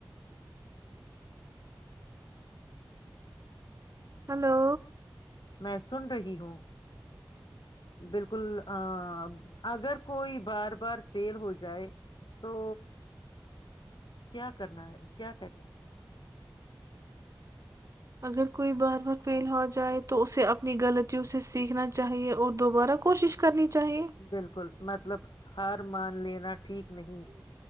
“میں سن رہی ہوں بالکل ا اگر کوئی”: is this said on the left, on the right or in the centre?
Left